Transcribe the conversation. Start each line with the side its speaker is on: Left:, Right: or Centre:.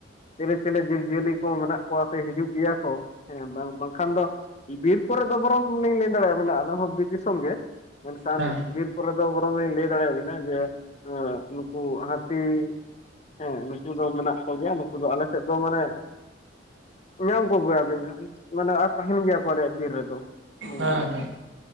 Left: ᱪᱮᱞᱮ ᱪᱮᱞᱮ ᱡᱤᱵᱽᱼᱡᱤᱭᱟᱹᱞᱤ ᱠᱚ ᱢᱮᱱᱟᱜ ᱠᱚᱣᱟ ᱥᱮ ᱦᱤᱡᱩᱜ ᱜᱮᱭᱟ ᱠᱚ ᱾ ᱦᱮᱸ ᱵᱟᱝ ᱵᱟᱝᱠᱷᱟᱱ ᱫᱚ ᱵᱤᱨ ᱠᱚᱨᱮ ᱫᱚ ᱵᱚᱨᱚᱝ ᱞᱤᱧ ᱞᱟᱹᱭ ᱫᱟᱲᱮᱭᱟᱜ ᱵᱮᱱᱟ ᱟᱞᱮ ᱦᱚᱸ ᱵᱤᱨ ᱫᱤᱥᱚᱢ ᱜᱮ ᱾ ᱢᱮᱱᱠᱟᱱ
Right: ᱦᱮᱸ ᱦᱮᱸ
Left: ᱵᱤᱨ ᱠᱚᱨᱮ ᱫᱚ ᱵᱚᱨᱚᱤᱧ ᱞᱟᱹᱭ ᱫᱟᱲᱮ ᱭᱟᱵᱤᱱᱟ ᱡᱮ ᱱᱩᱠᱩ ᱦᱟᱹᱛᱤ ᱦᱮᱸ ᱱᱩᱠᱩ ᱫᱚ ᱢᱮᱱᱟᱜ ᱠᱚᱜᱮᱭᱟ ᱱᱩᱠᱩ ᱫᱚ ᱟᱞᱮ ᱥᱮᱫ ᱫᱚ ᱢᱟᱱᱮ ᱧᱟᱢ ᱠᱚᱜᱮᱭᱟᱵᱤᱱ ᱢᱟᱱᱮ ᱟᱨ ᱛᱟᱦᱮᱸᱱ ᱜᱮᱭᱟ ᱠᱚ ᱟᱞᱮᱭᱟᱜ ᱵᱤᱨ ᱨᱮᱫᱚ ᱱᱚᱝᱠᱟ᱾
Right: ᱦᱮᱸ ᱦᱮᱸ ᱦᱮᱸ